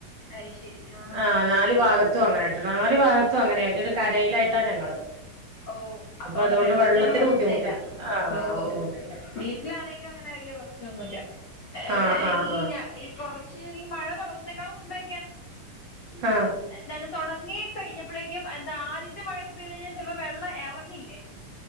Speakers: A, on the left; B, on the right.
A: അത് ശരി ആഹ്
B: ആ നാല് ഭാഗ ത്ത അങ്ങനെട്ട് നാല് ഭാഗത്തും അങ്ങനായിട്ട് ഒരു കരയിലായിട്ടാ ഞങ്ങള്
A: ഓ അപ്പൊ അവിടെ
B: അതുകൊണ്ട്
A: വെള്ളത്തിനും
B: വെള്ളത്തിന്
A: പ്രശ്നല്ല
B: ബുദ്ധിമുട്ടില്ല ആ
A: ഓ
B: ബുദ്ധിമുട്ടില്ല
A: ഓ വീ വീട്ടിലാണെങ്കലും അങ്ങനെ വല്ല്യ പ്രശ്നൊന്നുല്ല പക്ഷെ
B: ആ ആ
A: ഈ
B: ആ
A: ഞ ഈ കോറ് ഈ മഴ തുടങ്ങുന്നേക്കാളും മുമ്പേ
B: ആഹ്.
A: എന്താണ് തൊടങ്ങി കഴിഞ്ഞപ്പോളേക്കും എന്താ ആദ്യത്തെ മഴൊക്കെ പെയ്ത് ചിലപ്പോ വെള്ളം ഇറങ്ങില്ലേ